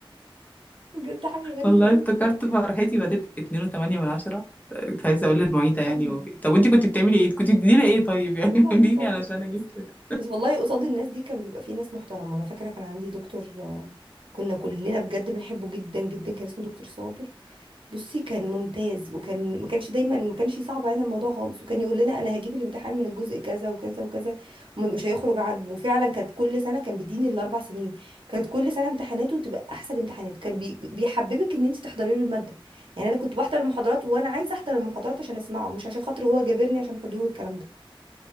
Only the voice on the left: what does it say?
والله
افتكرت فرحتي بعدين 2.8 من عشرة كنت عايزة أقول للمعيدة يعني
وفي... طب وأنتي كنت بتعملي إيه؟ كنت بتديني إيه طيب يعني
<laughs>
اديني
علشان
أجيب كده